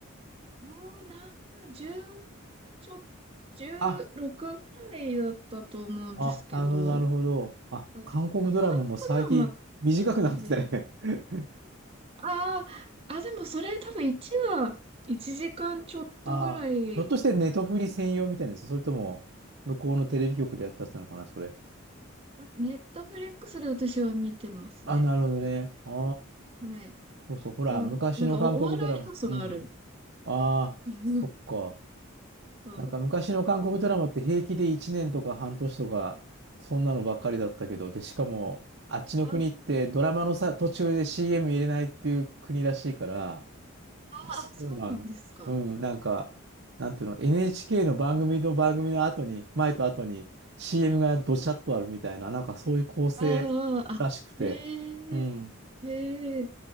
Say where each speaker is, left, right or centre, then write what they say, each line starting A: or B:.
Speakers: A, on the right (about 25°); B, on the right (about 60°).
A: もう何、十、ちょ、十六くぐらいだったと思うんですけど、
B: あ、あ、なるほど、なるほど。あ、
A: はいだ韓国ではなく
B: 韓国ドラマも最近短くなってきたね
A: て、
B: <laughs>
A: ああ、あ、でもそれ多分1は1時間ちょっとぐらい
B: ああ、ひょっとしてネトフリ専用みたいなやつそれとも、向こうのテレビ局でやったやつなのかな、それ。
A: あネットフリックスで私は見てますね。
B: あ、なるほどね。ああ、
A: はい。
B: そうそう。ほら、
A: でも、
B: 昔の韓国ドラマ。
A: なんかお、お笑い要素がある。
B: うん。ああ、
A: <laughs> うん
B: そっか。
A: そう。
B: なんか昔の韓国ドラマって平気で1年とか半年とか、そんなのばっかりだったけど、で、しかも、あっちの国ってドラマのさ、
A: あ、
B: 途中で
A: はい。
B: CM 入れないっていう国らしいから、あ、そうなんだ。
A: あ、そうなんですか。
B: うん、なんか、なんていうの、NHK の番組と番組の後に、前と後に CM がどちゃっとあるみたいな、なんかそういう構成
A: ああ、あ、
B: らしくて、
A: へえ、
B: うん。
A: へえ、